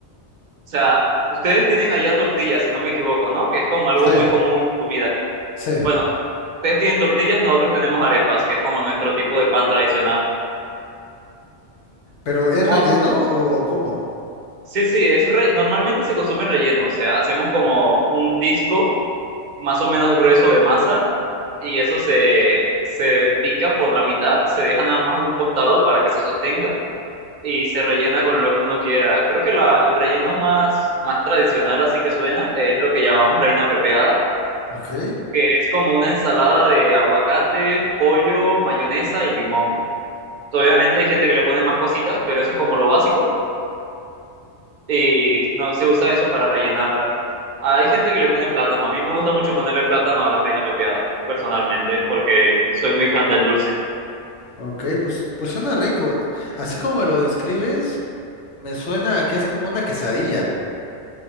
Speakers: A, on the right (about 50°); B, on the left (about 85°).
A: sea, ustedes tienen allá tortillas, si no me equivoco, ¿no? Que es como algo
B: Sí,
A: muy común en comida.
B: sí.
A: Bueno, ustedes tienen tortillas, nosotros tenemos arepas, que es como nuestro tipo de pan tradicional.
B: ¿Pero es
A: como
B: relleno o cómo?
A: Sí, sí, es re- normalmente se consume relleno, o sea, hacemos como un disco más o menos grueso de masa y eso se, se pica por la mitad, se deja nada más un costado para que se sostenga y se rellena con lo que uno quiera. Creo que la, el relleno más, más tradicional, así que suena, es lo que llamamos reina pepeada,
B: Ok,
A: que es como una ensalada de aguacate, pollo, mayonesa y limón. Obviamente hay gente que le pone más cositas, pero eso es como lo básico y no se usa eso para rellenarla. Hay gente que le pone plátano. A mí me gusta mucho ponerle plátano a la reina pepeada, personalmente, porque soy muy fan del dulce.
B: ok, pues, pues suena rico. Así como me lo describes, me suena a que es como una quesadilla,